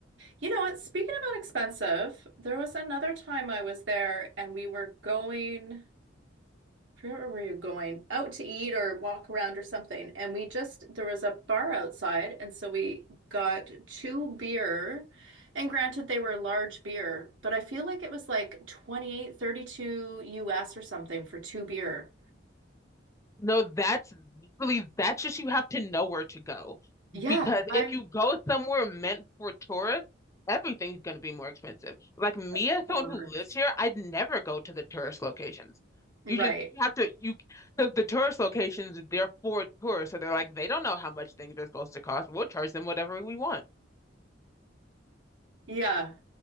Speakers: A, on the right; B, on the left.
A: You know what? Speaking about expensive, there was another time I was there and we were going, I forget where we were going, out to eat or walk around or something. And we just, there was a bar outside. And so we got two beer. And granted, they were large beer, but I feel like it was like twenty eight, thirty US or something for two beer.
B: No, that's really that's just you have to know where to go.
A: Yeah,
B: Because
A: I'm
B: if you go somewhere meant for tourists, everything's going to be more expensive. Like me,
A: Of
B: as
A: course.
B: someone who lives here, I'd never go to the tourist locations.
A: Right.
B: You just you have to you because the tourist locations they're for tourists, so they're like they don't know how much things are supposed to cost. We'll charge them whatever we want.
A: Yeah.